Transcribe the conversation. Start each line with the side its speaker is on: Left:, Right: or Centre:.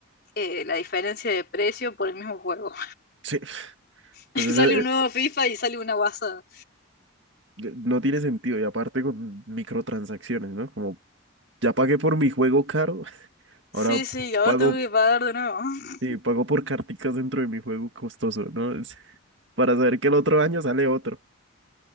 Left: eh, la diferencia de precio por el mismo juego.
Right: Sí. Pues
Left: <laughs> Sale
Right: es, eh,
Left: un nuevo FIFA y sale una guasa.
Right: eh, no tiene sentido. Y aparte con microtransacciones, ¿no? Como ya pagué por mi juego caro, <laughs>
Left: Sí,
Right: ahora
Left: sí, y ahora
Right: pago,
Left: tengo que pagar de nuevo. <laughs>
Right: sí, pago por carticas dentro de mi juego costoso, ¿no? Es- <laughs> para saber que el otro año sale otro.